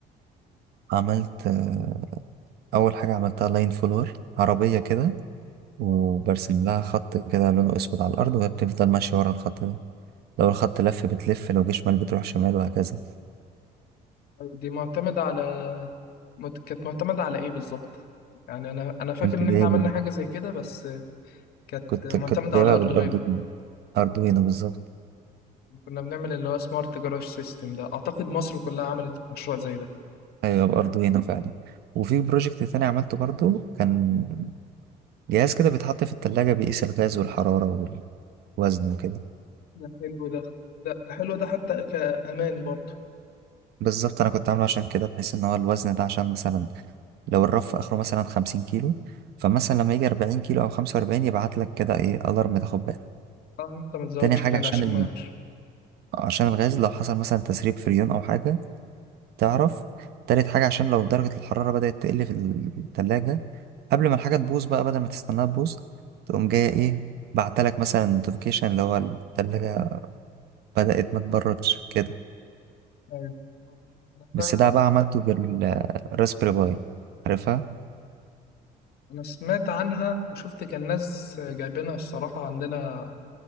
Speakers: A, on the right; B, on the left.
A: عملت آه، أول حاجة عملتها لاين فولور عربية كده وبرسم
B: آه،
A: لها خط كده لونه أسود على الأرض وهي بتفضل ماشية ورا الخط ده لو الخط لف بتلف لو جه شمال بتروح شمال وهكذا
B: دي معتمده على مت- كانت معتمده على ايه بالظبط يعني انا انا فاكر
A: كنت
B: ان
A: جايب
B: احنا عملنا
A: ال-
B: حاجه زي كده بس كانت
A: كنت
B: معتمده
A: كنت جايبها
B: على اردوينو
A: بالأردوينو أردوينو بالظبط
B: كنا بنعمل اللي هو سمارت جراج سيستم ده اعتقد مصر كلها عملت مشروع زي ده
A: أيوة بأردوينو فعلا وفي بروجكت تاني عملته برضو كان جهاز كده بيتحط في التلاجة بيقيس الغاز والحرارة والوزن وكده
B: ده حلو ده ده, ده حلو ده حتى كامان برضه
A: بالظبط أنا كنت عامله عشان كده بحيث إن هو الوزن ده عشان مثلا لو الرف اخره مثلا 50 كيلو فمثلا لما يجي 40 كيلو او 45 يبعت لك كده ايه الارم تاخد بالك
B: اه ان انت ما تزودش
A: تاني حاجه
B: تاني
A: عشان
B: عشان
A: ال...
B: ما
A: عشان الغاز لو حصل مثلا تسريب فريون او حاجه تعرف تالت حاجه عشان لو درجه الحراره بدات تقل في الثلاجه قبل ما الحاجه تبوظ بقى بدل ما تستناها تبوظ تقوم جايه ايه بعتلك مثلا نوتيفيكيشن اللي هو الثلاجه بدات ما تبردش كده
B: ايوه انا
A: بس
B: فعلا
A: ده بقى
B: انا
A: عملته بالراسبيري باي عارفها
B: انا سمعت عنها وشفت كان ناس جايبينها الصراحه عندنا